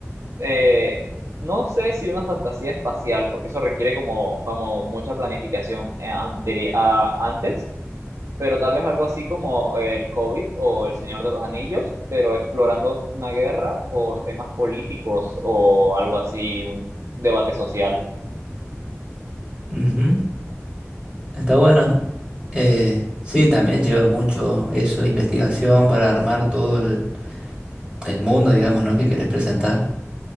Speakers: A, on the right; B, on the right.
A: eh, no sé si una fantasía espacial, porque eso requiere como, como mucha planificación eh, anteri- a- antes. pero tal vez algo así como el COVID o El Señor de los Anillos, pero explorando una guerra por temas políticos o algo así, un debate social.
B: Ujú, Está bueno. Eh, sí, también lleva mucho eso, investigación para armar todo el, el mundo, digamos, ¿no? Que querés presentar.